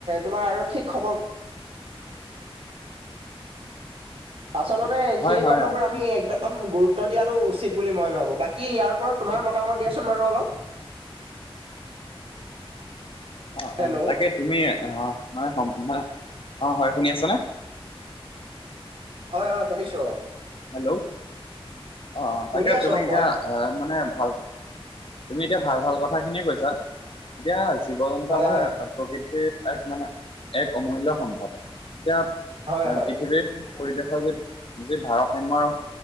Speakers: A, on the right (about 70°); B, on the left (about 60°).
A: তোমাৰ আৰক্ষী খবৰ আচলতে
B: হয়
A: সেই
B: হয়
A: কথাবোৰ
B: অ
A: আমি
B: উম
A: একদম
B: তাকে
A: গুৰুত্ব ত্ব দিয়াটো উচিত বুলি মই ভাবো। বাকী ইয়াৰ ওপৰত তোমাৰ মতামত দিয়াচোন বাৰু অলপ?
B: <inaudible> অ,
A: হেল্ল'
B: অ তাকে তুমি অ মানে মানে অ হয় শুনি আছা নে?
A: হয় হয় শুনিছো।
B: হেল্ল' অ
A: শুনি
B: তাকে
A: আছো
B: তুমি
A: অ
B: এতিয়া
A: কোৱা
B: অ, মানে ভাল তুমি এতিয়া ভাল-ভাল কথাখিনিয়ে কৈছা। এতিয়া জীৱ-জন্তু
A: হয়
B: আমাৰ
A: হয়
B: প্ৰকৃতিৰ এক মানে' এক অমূল্য সম্পদ। এতিয়া
A: হয় হয়
B: পৃথিৱীৰ পৰিৱেশৰ যি যি ভাৰস সাম্য ৰা